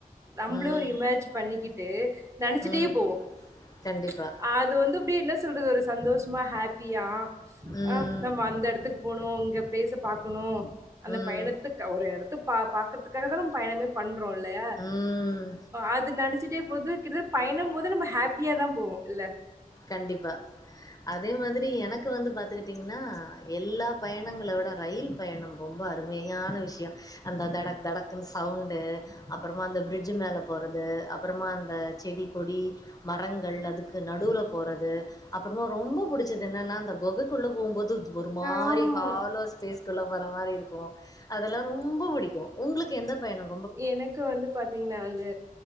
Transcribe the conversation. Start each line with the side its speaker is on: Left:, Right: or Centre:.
Right: நம்மளே
Left: ம்
Right: ஒரு இமேஜ் பண்ணிக்கிட்டு நெனைச்சிட்டே
Left: ம்
Right: போவோ ம்ச்
Left: கண்டிப்பா
Right: அது வந்து அப்டி என்ன சொல்றது ஒரு சந்தோஷமா ஹாப்பியா
Left: ம்
Right: அ நம்ம அந்த இடத்துக்கு போனு இங்க ப்ளேஷ பாக்கணு அந்த
Left: ம்
Right: பயணத்துக்கு ஒரு இடத்து பா பாக்கறதுக்காக தா நாம் பயணமே பண்றோ இல்லையா
Left: ம்
Right: அது நெனைச்சிட்டே போது கிட்ட பயணம் போது நம்ம ஹேப் பியா தா போவு இல்ல
Left: கண்டிப்பா அதே மாதிரி எனக்கு வந்து பாத்துகிட்டீங்கன்னா எல்லா பயணங்கள விட ரயில் பயணம் ரொம்ப அருமையான விஷய அந்த தடக் தடக்குனு சவுண்டு அப்புறமா அந்த பிரிட்ஜ் மேல போறது அப்புறமா அந்த செடி கொடி மரங்கள் அ துக்கு நடுவுல போறது அப்புறமா ரொம்ப புடிச்சது என்னன்னா அந்த கொகைக்குள்ள போம்போது ஒரு மாரி
Right: ஆமா.
Left: ஹாலோ ஸ்பேஸ்குள்ள போற மாரி இருக் கும் அதெல்லா ரொம்ப பிடிக்கும் உங்களுக்கு எந்த பயண
Right: எனக்கு வந்து பாத்தீங்கன்னா வந்து